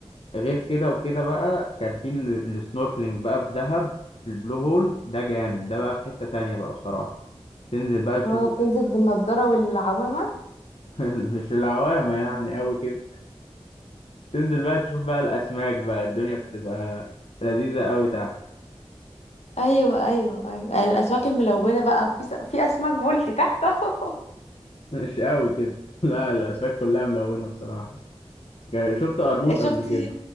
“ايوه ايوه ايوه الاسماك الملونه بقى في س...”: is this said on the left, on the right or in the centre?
Left